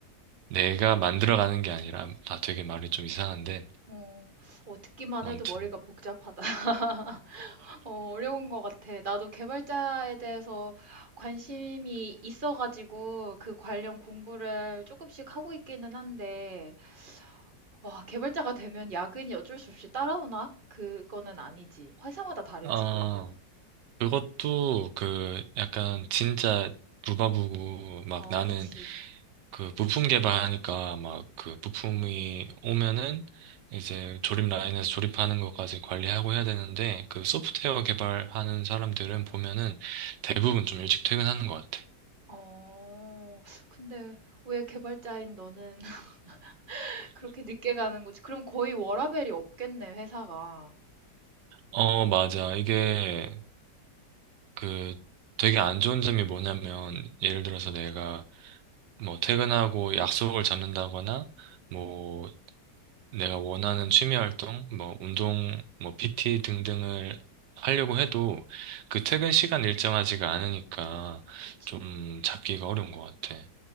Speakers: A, on the right; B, on the right.
A: 내가 만들어가는 게 아니라, 다 되게 말이 좀 이상한데,
B: 어, 어, 듣기만
A: 아무튼.
B: 해도 머리가 복잡하다. <laughs> 어, 어려운 것 같아. 나도 개발자에 대해서 관심이 있어가지고 그 관련 공부를 조금씩 하고 있기는 한데, 와, 개발자가 되면 야근이 어쩔 수 없이 따라오나? 그거는 아니지. 회사마다 다르지,
A: 어,
B: 그런 거는.
A: 그것도 그 약간 진짜 부바부고, 막
B: 어,
A: 나는
B: 그치.
A: 그 부품 개발하니까 막 그 부품이 오면은 이제 조립 라인에서 조립하는 것까지 관리하고 해야 되는데, 그 소프트웨어 개발하는 사람들은 보면은 대부분 좀 일찍 퇴근하는 것 같아.
B: 어, 근데 왜 개발자인 너는 <laughs> 그렇게 늦게 가는 거지? 그럼 거의 워라밸이 없겠네, 회사가.
A: 어, 맞아. 이게 그 되게 안 좋은 점이 뭐냐면 예를 들어서 내가 뭐 퇴근하고 약속을 잡는다거나 뭐 내가 원하는 취미 활동, 뭐 운동, 뭐 PT 등등을 하려고 해도 그 퇴근 시간 일정하지가 않으니까
B: 그치.
A: 좀 잡기가 어려운 것 같아.